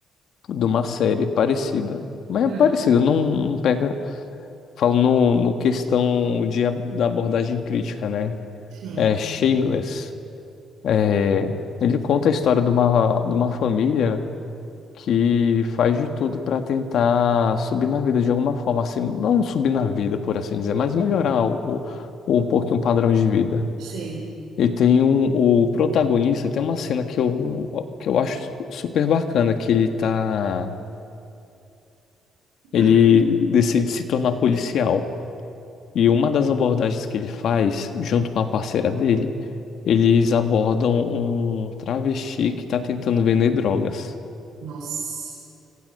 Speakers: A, on the left; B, on the right.
A: de uma série parecida. Mas
B: Hum.
A: é parecida, não, não pega. Falo no, no questão de, a- da abordagem crítica, né?
B: Sim,
A: É Shameless. É, ele conta a história de uma, de uma família que faz de tudo para tentar subir na vida de alguma forma, assim, não subir na vida, por assim dizer, mas melhorar o, o, um pouquinho o padrão de vida.
B: sei.
A: E tem um, o protagonista, tem uma cena que eu, que eu acho super bacana, que ele tá, ele
B: Hum.
A: decide se tornar policial. E uma das abordagens que ele faz, junto com a parceira dele, eles abordam um travesti que tá tentando vender drogas.
B: Nossa.